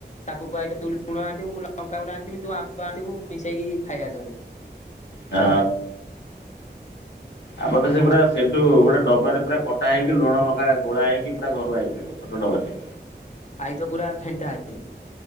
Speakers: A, on the left; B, on the left.
A: ତାକୁ କୁହାହେଇଥିବ ତୁ ଲୁଣ ଆଣିବୁ ମୁଁ ଲଙ୍କାଗୁଣ୍ଡ ଆଣିଥିବି ତୁ ଆମ୍ୱ ଆନିଥିବୁ ମିଶେଇକି ଖାଇବା ସବୁ।
B: ହଁ ଆମର ତ ସେ ପା ସେଇଠୁ ଗୋଟେ ଡବାରେ ପୁରା କଟା ହେଇକି ଲୁଣ ଲଙ୍କା ଗୋଳା ହେଇକି ପୁରା ଘରୁ ଆଇଥିବ। ଛୋଟଡବାଟେ
A: ଆଇ ତ ପୁରା ଫେଣ୍ଟା ହେଇ